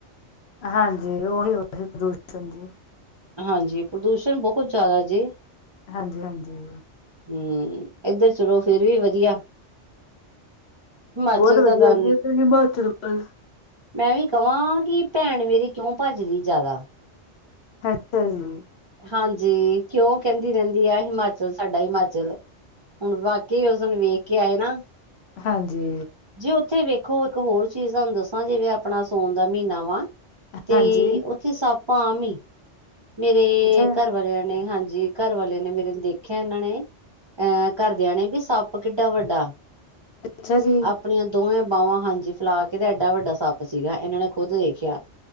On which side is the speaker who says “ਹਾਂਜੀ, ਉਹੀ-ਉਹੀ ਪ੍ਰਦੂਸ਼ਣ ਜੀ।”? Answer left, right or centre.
Left